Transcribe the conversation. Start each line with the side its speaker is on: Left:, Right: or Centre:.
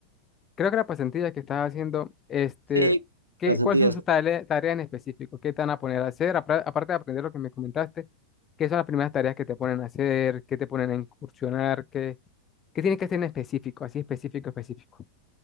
Left: Creo que la pasantía que estás haciendo, este,
Right: sí,
Left: ¿qué,
Right: las
Left: cuáles
Right: Antillas.
Left: son sus
Right: ¿no?
Left: tale- tareas en específico? ¿Qué te van a poner a hacer? Apra- Aparte de aprender lo que me comentaste, ¿qué son las primeras tareas que te ponen a hacer? ¿Qué te ponen a incursionar? ¿Qué, qué tienes que hacer en específico? Así específico, específico.